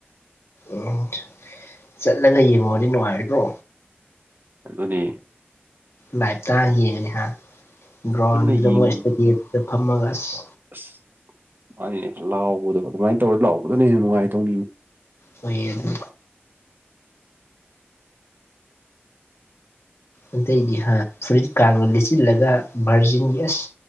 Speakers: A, on the left; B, on the right.
A: ꯎꯝ ꯆꯠꯂꯒ ꯌꯦꯡꯉꯨꯔꯗꯤ ꯅꯨꯡꯉꯥꯏꯔꯤꯕ꯭ꯔꯣ
B: ꯑꯗꯨ ꯑꯗꯨꯅꯤ
A: ꯂꯥꯏꯞꯇ ꯌꯦꯡꯉꯅꯤ ꯍꯥ ꯒ꯭ꯔꯥꯎꯟꯗꯨꯗ
B: ꯄꯨꯟꯅ ꯌꯦꯡ
A: ꯑꯃꯣꯏ ꯏꯁꯇꯗꯤꯌꯝꯗ ꯐꯝꯃꯒ ꯑꯁ
B: ꯑꯁ ꯃꯥꯅꯤꯅꯦ ꯂꯥꯎꯕꯗꯣ ꯑꯗꯨꯃꯥꯏꯅ ꯇꯧꯔ ꯂꯥꯎꯕꯗꯅ ꯍꯦꯟꯅ ꯅꯨꯡꯉꯥꯏꯇꯧꯅꯤꯅ
A: ꯑꯣꯏ ꯑꯗꯨ ꯑꯇꯩꯗꯤ ꯍꯥ ꯐꯨꯔꯤꯠꯀꯒ ꯂꯤꯠꯆꯤꯜꯂꯒ ꯚꯥꯔꯖꯤꯟꯒꯤ ꯑꯁ